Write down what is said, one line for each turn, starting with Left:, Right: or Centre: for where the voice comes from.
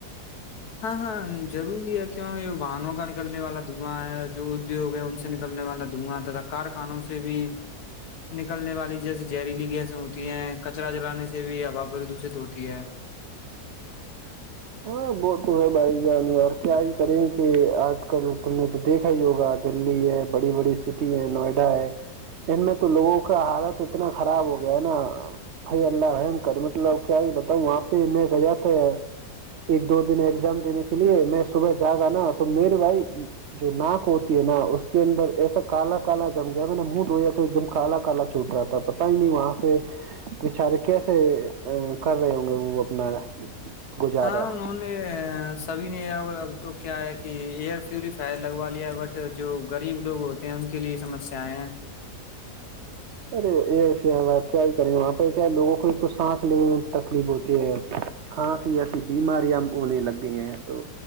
Left: ہاں ہاں ضروری ہے کیونک باہنوں کا نکلنے والا دھواں ہے جو ادوگ ہے ان سے نکلنے والا دھواںتا تھا کارخانوں سے بھی نکلنے والی جیسی جہریلی گیسیں ہوتی ہیں کچرا جلانے سے بھی ہبا پردوشت ہوتی ہے
Right: ہاں وہ تو ہے بھائی جانیار کیا ہی کریں کہ آج کل تم نے تو دیکھا ہی ہوگا دللی ہے بڑی بڑی سٹی ہے نوئیڈا ہے ان میں تو لوگوں کا حالت اتنا خراب ہو گیا ہے نا بھائی اللہ رحم کر مطلب کیا ہی بتاؤں وہاں پہ میں کہ تھا ایک دو دن ایگزام دینے کے لیے میں صبح جا گا نا تو میرے بھائی جو ناک ہوتی ہے نا اس کے اندر ایسا کالا کالا جم گیا میں نے منہ دھویا تو ایک دم کالا کالا چھوٹ رہا تھا پتا ہی نہیں وہاں پہ بچارے کیسے کر رہے ہوں گے وہ اپنا گجاراتت
Left: ہاں انہوں نے سبھی نے اب تو کیا ہے کہ ایئر پیوریفائر لگوا لیا ہے بٹ جو غریب لوگ ہوتے ہیں ان کے لیے سمسیایں ہیں
Right: ارے ایئر فئر کیا ہی کریں وہاں پہ کیا لوگوں کو ایک تو سانس لینے میں تکلیف ہوتی ہے کاں سیا س بیماریاں ہونے لگ گئی ہیں تو